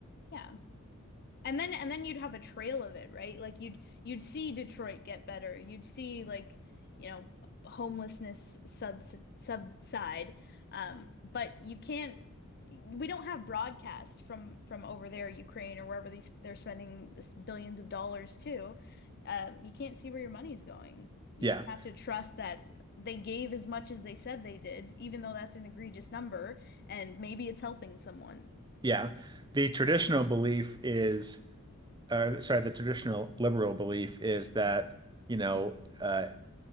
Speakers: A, on the left; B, on the right.
A: Yeah. And then and then you'd have a trail of it, right? Like you'd you'd see Detroit get better. You'd see like, you know, homelessness subs subside. Um, but you can't we don't have broadcast from from over there, Ukraine or wherever these they're spending this billions of dollars to. Um, you can't see where your money's going. You
B: Yeah,
A: just have to trust that they gave as much as they said they did, even though that's an egregious number, and maybe it's helping someone.
B: yeah. The traditional belief is, uh, sorry, the traditional liberal belief is that, you know, uh,